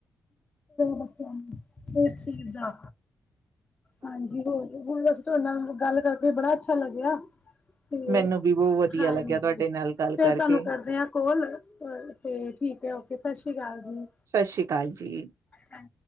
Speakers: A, on the left; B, on the right.
A: ਬੱਚਿਆਂ ਨੂੰ ਇਸ ਚੀਜ਼ ਦਾ ਹਾਂਜੀ ਹੋਰ ਹੁਣ ਬਸ ਤੁਹਾਡੇ ਨਾਲ ਗੱਲ ਕਰਕੇ ਬੜਾ ਅੱਛਾ ਲੱਗਿਆ। ਤੇ
B: ਮੈਨੂੰ ਵੀ ਬਹੁਤ ਵਧੀਆ
A: ਹਾਂਜੀ
B: ਲੱਗਿਆ ਤੁਹਾਡੇ
A: ਫੇਰ
B: ਨਾਲ ਗੱਲ ਕਰਕੇ
A: ਤੁਹਾਨੂੰ ਕਰਦੇ ਆ ਕੋਲ। ਤੇ ਠੀਕ ਹੈ ਓਕੇ ਸਤਿ ਸ੍ਰੀ ਅਕਾਲ ਜੀ।
B: ਸਸ ਸ੍ਰੀ ਕਾਲ ਜੀ।
A: ਹਾਂ